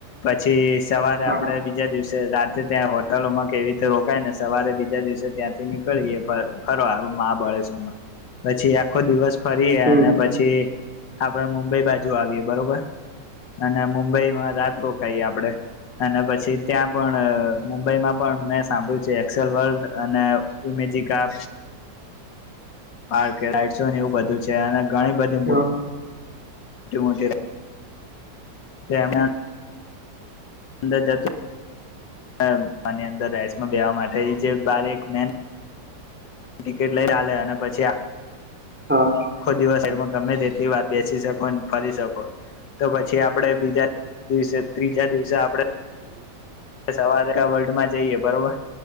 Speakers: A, on the left; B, in the centre.
A: પછી સવારે
B: હા
A: આપડે બીજા દિવસે સે રાતે ત્યાં હોટલોમાં કેવી રીતે રોકાય ને સવારે બીજા દિવસે ત્યાંથી નીક ળયે ફ ફરવા મહાબળેશ્વરમાં પછી આખો દિવસ ફરીએ
B: હમ
A: અને પછી આપણે મુંબઈ બાજુ આવીએ બરોબર અને મુંબઈમાં રાત રોકાઈએ આપડે અને પછી ત્યાં પણ મુંબઈમાં પણ મેં સાંભળ્યું છે એક્સેલ વર્લ્ડ અને એઇમેજીિકા પાર્કઇટસો ને એવું બધું છે અને ઘણી બધી મોટ
B: હા
A: મોટી મોટી તેમન અંદર જતું <unintelligible> મ અંદર રહેશે બેવા માટે જે બારી એક મેન ટિકિટ લઈ લલેે અને પછી
B: હા
A: ખો દિવસ સાઈડમાં ગમે તેટલી વાર બેસી શકો ફરી શકો તો પછી આપડે બીજા દિવસે ત્રીજા દિવસે આપડે સવારે વર્લ્ડમાં જઈએ બરોબર